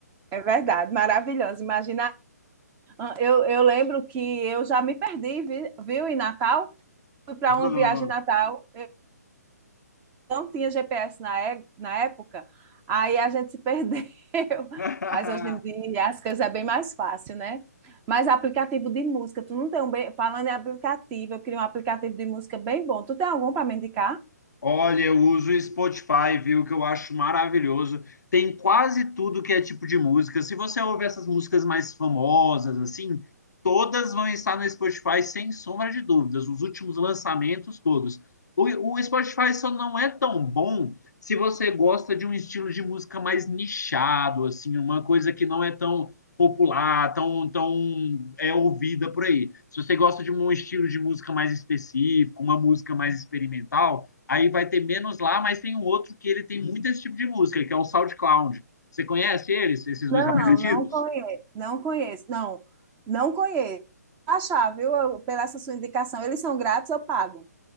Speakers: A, on the right; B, on the left.
A: É verdade, maravilhosa. Imagina, ah, eu, eu lembro que eu já me perdi, vi- viu, em Natal. Fui para
B: Não.
A: uma viagem em Natal. não tinha GPS na, é- na época, aí a gente se perdeu. <laughs>
B: <laughs>
A: Mas hoje em dia as coisas é bem mais fácil, né? Mas aplicativo de música, tu não tem um bem. Falando em aplicativo, eu queria um aplicativo de música bem bom. Tu tem algum para me indicar?
B: Olha, eu uso o Spotify, viu? Que eu acho maravilhoso. Tem quase tudo que é tipo de música. Se você ouvir essas músicas mais famosas, assim, todas vão estar no Spotify sem sombra de dúvidas. Os últimos lançamentos, todos. O, o Spotify só não é tão bom se você gosta de um estilo de música mais nichado, assim, uma coisa que não é tão popular, tão, tão é ouvida por aí. Se você gosta de um estilo de música mais específico, uma música mais experimental aí vai ter menos lá, mas tem um outro que ele tem muito esse tipo de música, que é o SoundCloud. Você conhece eles, esses
A: Não,
B: dois aplicativos?
A: não conheço, não conheço, não, não conheço. Achar, viu? Eu- pela essa sua indicação, eles são grátis, eu pago.